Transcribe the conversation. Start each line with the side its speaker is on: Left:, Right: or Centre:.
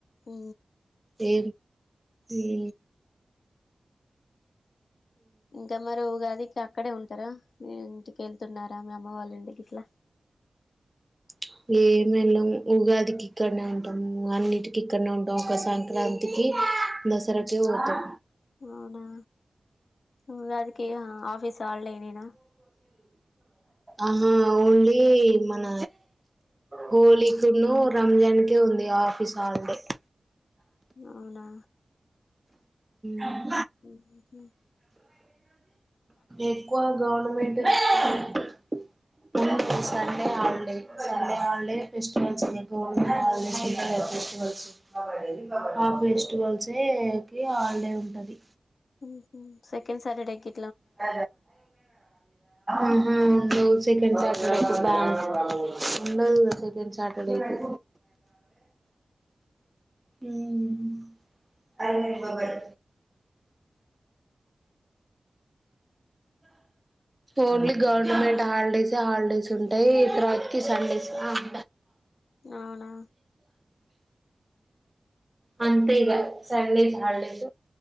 Left: పో
Right: ఏ ఈ
Left: ఇంకా మరవుగాది టే అక్కడే ఉంటారా ఇంటికెళ్తున్నారా మీ అమ్మ వాళ్ళ ఇంటికి ఇట్లా.
Right: చ్ ఏ మేల్లం ఉగాదికి ఇక్కడనే ఉంటాము. అన్నిటికి ఇక్కడనే ఉంటాము. ఒక సంక్రాంతికి దసరాకి పోతాం.
Left: అవునా ఉగాదికి ఆ ఆఫీస్ హాలిడేనేనా
Right: ఆహా ఓన్లీ మన హోలీకును, రంజాన్కే ఉంది ఆఫీస్ హాలిడే.
Left: అవునా
Right: ఉమ్
Left: ఊహు
Right: ఎక్కువ government
Left: leaves
Right: <unintelligible> only Sunday holiday Sunday holiday festivals <unintelligible> ఆ ఫెస్టివల్స్ ఏ ది హాలిడే ఉంటాది.
Left: ఉహు సెకండ్ సటర్డేకి
Right: <unintelligible> ఉహు no second Saturday <unintelligible> ఉండదుగా second Saturday కి <unintelligible> ఉమ్ అన్నే బబ్బర్ ఓన్లీ గవర్నమెంట్ హాలిడేస్ ఏ హాలిడేస్ ఉంటాయి తర్వాత కి సండేస్ ఆ <inaudible>
Left: అవునా
Right: అంతే ఇగ సండేస్ హాలిడేస్